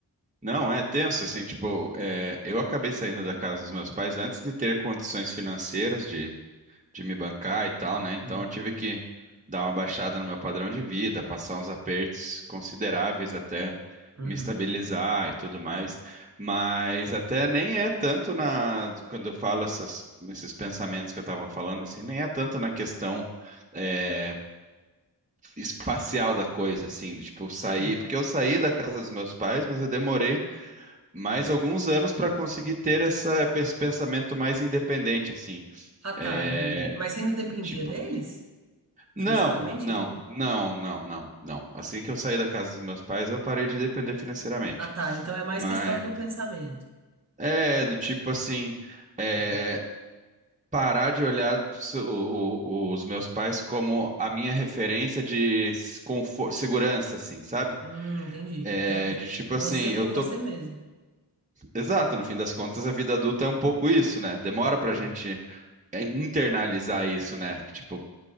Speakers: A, on the right; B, on the right.
A: Não, é tenso, assim, tipo, é, eu acabei saindo da casa dos meus pais antes de ter condições financeiras de, de me bancar e tal, né? Então
B: Sim.
A: eu tive que dar uma baixada no meu padrão de vida, passar uns apertos consideráveis até
B: Uhum.
A: me estabilizar e tudo mais. Mas até nem é tanto na, quando eu falo essas- esses pensamentos que eu tava falando, assim, nem é tanto na questão é, espacial da coisa, assim, de, tipo, sair,
B: Sim.
A: porque eu saí da casa dos meus pais, mas eu demorei mais alguns anos para conseguir ter essa, esse pensamento mais independente, assim.
B: Ah,
A: É,
B: tá, entendi. Mas você ainda dependia
A: tipo,
B: deles?
A: não,
B: Financeiramente,
A: não,
B: eu digo?
A: não, não, não, não. Assim que eu saí da casa dos meus pais, eu parei de depender financeiramente.
B: Ah, tá. Então é mais
A: Mas
B: questão do pensamento.
A: é do tipo assim, é,
B: Ah.
A: parar de olhar so- o- o- os meus pais como a minha referência de s- confo- segurança, assim, sabe?
B: Hum, entendi.
A: É,
B: Quer
A: de tipo
B: você
A: assim, eu
B: por
A: tô.
B: você mesmo.
A: Exato, no fim das contas, a vida adulta é um pouco isso, né? Demora pra
B: Aham,
A: gente é internalizar isso, né? Que, tipo,